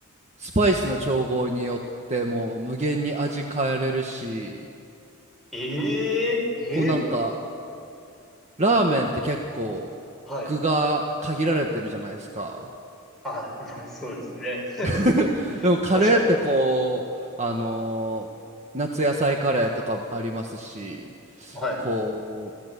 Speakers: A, on the right; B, in the centre.
A: う、スパイスの調合によってもう無限に味変えれるし、
B: ええええ
A: こうなんか、ラーメンって結構具が限られてるじゃないですか。
B: はい。あ、まあ、そうですね。<laughs>
A: <laughs> でもカレーってこう、
B: 確かに。
A: あのー夏野菜カレーとかもありますし、
B: はい。う
A: こ